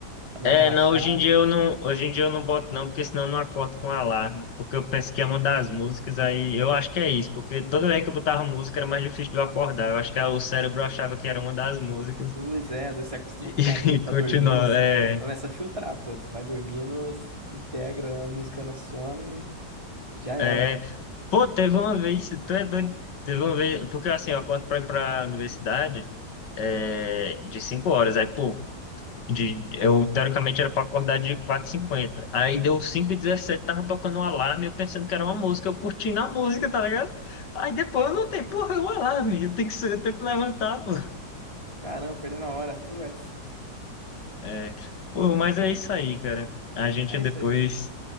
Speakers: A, on the right; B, on the left.
A: Pra dar
B: É,
A: uma relaxada.
B: não, hoje em dia eu não, hoje em dia eu não boto não, porque senão eu não acordo com alarme, porque eu penso que é uma das músicas, aí eu acho que é isso, porque toda vez que eu botava música era mais difícil de eu acordar, eu acho que ah, o cérebro achava que era uma das músicas
A: Pois é, às vezes você acostuma
B: <laughs> e,
A: com barulho,
B: e
A: tá
B: continuava,
A: dormindo, s-
B: é.
A: começa a filtrar, pô. Tu vai dormindo, s- integra a música no sono e já era.
B: É, pô, teve uma vez, tu é doido, teve uma vez, porque assim, eu acordo pra ir pra universidade é, de 5 horas, aí, pô, de, eu teoricamente era pra acordar de quatro h 50 aí deu 5h17, tava tocando um alarme, eu pensando que era uma música, eu curtindo a música, tá ligado? Aí depois eu notei, porra, é um alarme, eu tenho que, se- eu tenho que levantar, pô.
A: Caramba, perdendo a hora. Putz.
B: É, pô, mas é isso aí, cara, a gente
A: É
B: depois
A: isso aí.